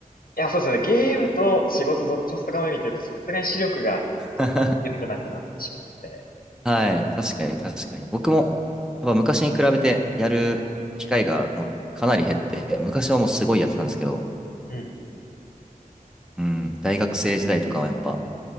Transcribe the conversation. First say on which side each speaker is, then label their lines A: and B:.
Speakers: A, on the left (about 80°); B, in the centre.
A: いや、そうですね。ゲームと仕事どっちも高め見てると、さすがに視力がちょっと良くなくなってしまって。
B: <laughs> はい。確かに、確かに。僕も、やっぱ昔に比べてやる機会がもうかなり減って、昔はもうすごいやってたんですけど、
A: うんうんうん。
B: うん、大学生時代とかはやっぱ、